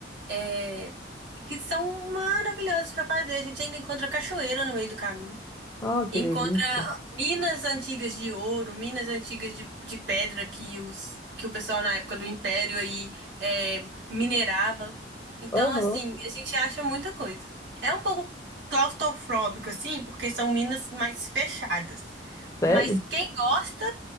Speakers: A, on the right (about 80°); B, on the left (about 20°).
A: é, que são maravilhosas para fazer. A gente ainda encontra cachoeira no meio do caminho.
B: ó, que
A: Encontra
B: delícia.
A: minas antigas de ouro, minas antigas de, de pedra que os que o pessoal na época do Império aí é, minerava. Então,
B: Aham,
A: assim, a gente acha muita coisa. É um pouco claustrofóbico, assim, porque são minas mais fechadas.
B: sério?
A: Mas quem gosta,